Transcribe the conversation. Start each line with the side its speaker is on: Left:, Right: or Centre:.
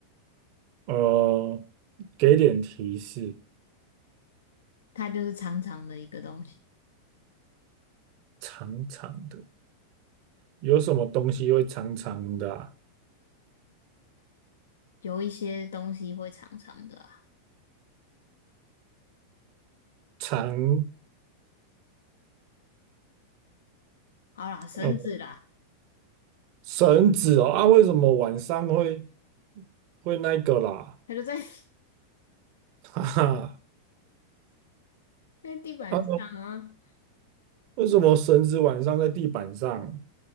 Right: 呃，给点提示，
Left: 它就是长长的一个东西，
Right: 长长的，有什么东西会长长的啊
Left: 有一些东西会长长的啊。
Right: 长，
Left: 好啦，绳子啦，
Right: 呃，绳子哦啊？为什么晚上会会那个啦？
Left: 它就在 <laughs>
Right: <laughs> 哈哈，
Left: 在地板上啊，
Right: 啊，为什么绳子晚上在地板上？